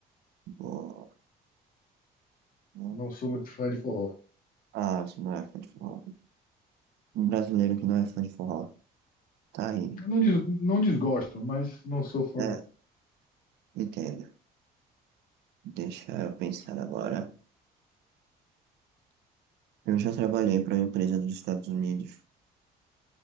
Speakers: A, on the right; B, on the left.
A: Ou- ou-
B: Não sou muito fã de forró.
A: Ah, você não é fã de forró. Um brasileiro que não é fã de forró. Tá aí.
B: Eu Não, des- não desgosto, mas não sou fã,
A: É,
B: não.
A: entendo. Deixa eu pensar agora. Eu já trabalhei para uma empresa dos Estados Unidos.